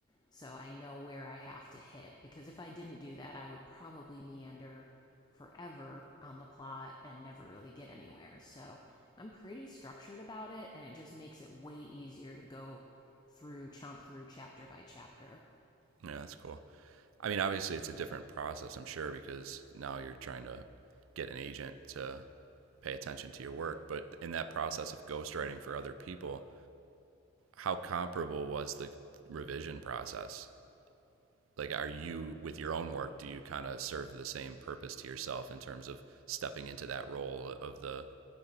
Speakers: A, on the left; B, on the right.
A: So I know where I have to hit because if I didn't do that, I would probably meander forever on the plot and never really get anywhere. So I'm pretty structured about it and it just makes it way easier to go through chomp through chapter by chapter
B: Yeah, that's cool. I mean, obviously it's a different process, I'm sure, because now you're trying to get an agent to pay attention to your work, but in that process of ghostwriting for other people, how comparable was the revision process? like are you with your own work do you kind of serve the same purpose to yourself in terms of stepping into that role of the